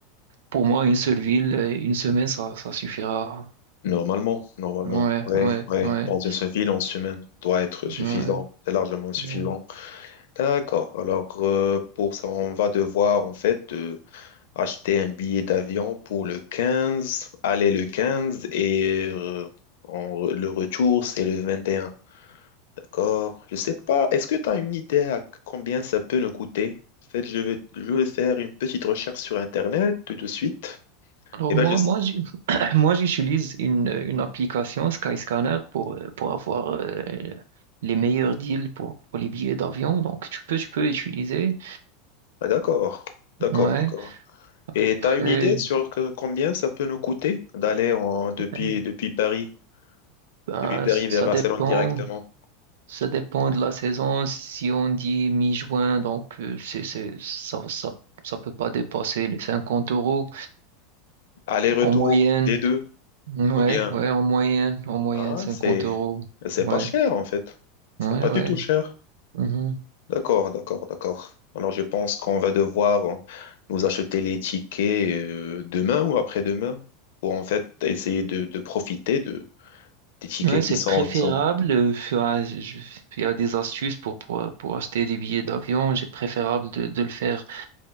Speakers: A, on the right; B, on the left.
A: pour moi, une seule ville, euh, une semaine, ça, ça suffira.
B: Normalement, normalement.
A: Ouais,
B: Ouais,
A: ouais,
B: ouais.
A: ouais,
B: Dans une seule ville, en semaine, doit être suffisant.
A: ouais.
B: C'est largement suffisant.
A: Ouais.
B: D'accord. Alors, euh, pour ça, on va devoir, en fait, euh, acheter un billet d'avion pour le 15, aller le 15 et euh, en- le retour, c'est le 21, D'accord? Je sais pas, est-ce que tu as une idée à combien ça peut nous coûter? En fait, je vais, je vais faire une petite recherche sur Internet tout de suite.
A: Alors
B: Et
A: moi,
B: ben, je...
A: moi, j'- <clears throat> moi j'utilise une, une application Skyscanner pour, euh, pour avoir euh, les meilleurs deals pour, pour les billets d'avion. Donc tu peux, tu peux utiliser.
B: Ah, d'accord, d'accord,
A: Ouais.
B: d'accord. Et
A: Après,
B: tu as une idée sur que- combien ça peut nous coûter d'aller en, depuis,
A: ouais,
B: depuis Paris,
A: ben,
B: depuis Paris
A: ça
B: vers Barcelone
A: dépend.
B: directement?
A: Ça dépend de la saison. Si on dit mi-juin, donc euh, c'est, c'est, ça, ça, ça peut pas dépasser les 50 euros
B: Aller-retour,
A: en moyenne.
B: les deux,
A: Ouais,
B: ou bien
A: ouais, en moyenne, en moyenne
B: Ah,
A: 50
B: c'est
A: euros.
B: c'est
A: Ouais,
B: pas cher en fait. C'est
A: ouais,
B: pas
A: ouais.
B: du tout cher.
A: Mhm.
B: D'accord, d'accord, d'accord. Alors je pense qu'on va devoir euh, nous acheter les tickets euh, demain ou après-demain pour en fait essayer de, de profiter de des tickets
A: Ouais, c'est
B: qui sont
A: préférable.
B: qui sont
A: euh, enfin, je- Il y a des astuces pour, pour, pour acheter des billets d'avion. C'est préférable de, de le faire